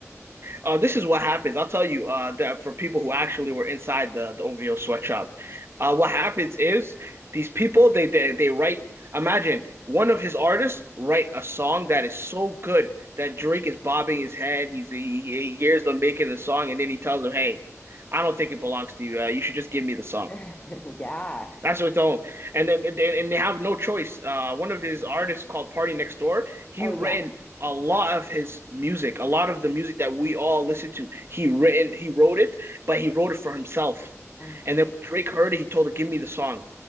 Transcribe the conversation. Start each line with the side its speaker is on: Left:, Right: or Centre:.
Right: Uh, this is what happens. I'll tell you uh, that for people who actually were inside the, the OVO sweatshop, uh, what happens is these people they, they they write. Imagine one of his artists write a song that is so good that Drake is bobbing his head. He's he, he hears them making the song, and then he tells them, "Hey, I don't think it belongs to you. Uh, you should just give me the song."
Left: <laughs> yeah.
Right: That's what's on, and then and and they have no choice. Uh, one of his artists called Party Next Door. He
Left: Oh,
Right: written
Left: yeah.
Right: a lot of his music, a lot of the music that we all listen to. He written, he wrote it, but he wrote it for himself.
Left: Oh.
Right: And then when Drake heard it, he told him, "Give me the song,"